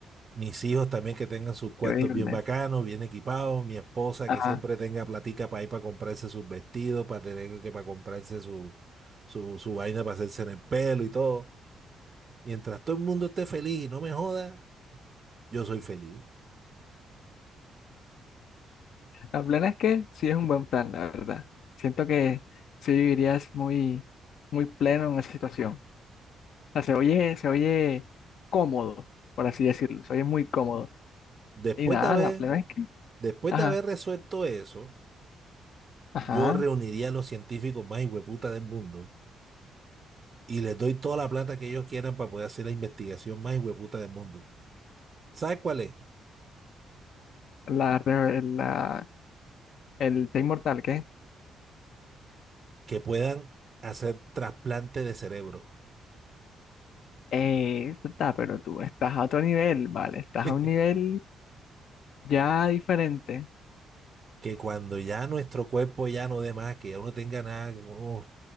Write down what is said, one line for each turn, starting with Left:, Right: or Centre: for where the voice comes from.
Right: Mis hijos también que tengan sus cuartos
Left: Increíble.
Right: bien bacanos, bien equipados. Mi esposa
Left: Ajá.
Right: que siempre tenga platica para ir para comprarse sus vestidos, para tener que para comprarse su, su, su vaina para hacerse en el pelo y todo. Mientras todo el mundo esté feliz y no me joda, yo soy feliz.
Left: La plena es que sí es un buen plan, la verdad. Siento que sí vivirías muy, muy pleno en esa situación. sea, se oye, se oye cómodo, por así decirlo, se oye muy cómodo.
Right: Después
Left: Y nada,
Right: de haber,
Left: la plena es que,
Right: después
Left: ajá,
Right: de haber resuelto eso,
Left: ajá,
Right: yo reuniría a los científicos más hueputa del mundo y les doy toda la plata que ellos quieran para poder hacer la investigación más hueputa del mundo. ¿Sabes cuál es?
Left: la, re- la, el Te Inmortal, ¿qué?
Right: Que puedan hacer trasplante de cerebro.
Left: Eh, eso está, pero tú estás a otro nivel, ¿vale? Estás
Right: <laughs>
Left: a un nivel ya diferente.
Right: que cuando ya nuestro cuerpo ya no dé más, que ya uno tenga nada, que unos